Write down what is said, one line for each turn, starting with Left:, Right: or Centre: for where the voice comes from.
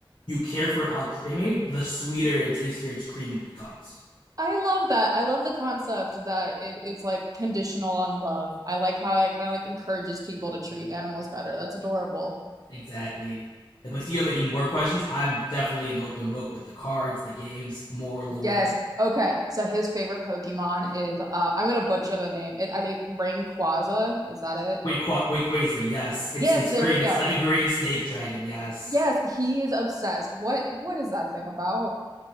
Left: you care for al creme, the sweeter and tastier its cream becomes.
Right: I love that. I love the concept that it, it's like conditional on love. I like how it kind of like encourages people to treat animals better. That's adorable.
Left: Exactly. But do you have any more questions? I'm definitely an open book with the cards, the games, more lore.
Right: Yes. Okay. So his favorite Pokemon is uh I'm gonna butcher the name. It, I think Rayquaza. Is that it?
Left: Wait, Qua- wait, Quaza, yes, it's
Right: Yes,
Left: it's
Right: there
Left: green.
Right: we go.
Left: It's like a green snake dragon. Yes.
Right: Yes, he is obsessed. What what is that thing about?